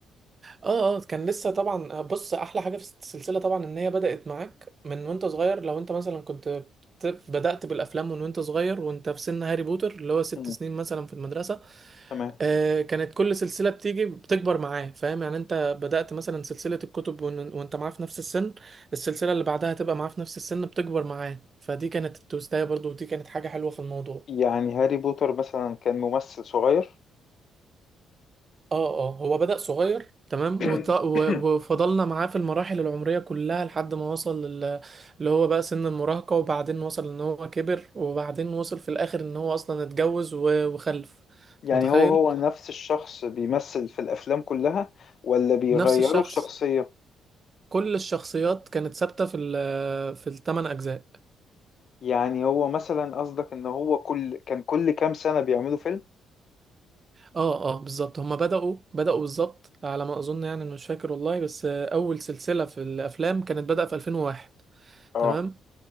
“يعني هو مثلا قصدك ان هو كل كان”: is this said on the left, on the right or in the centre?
Left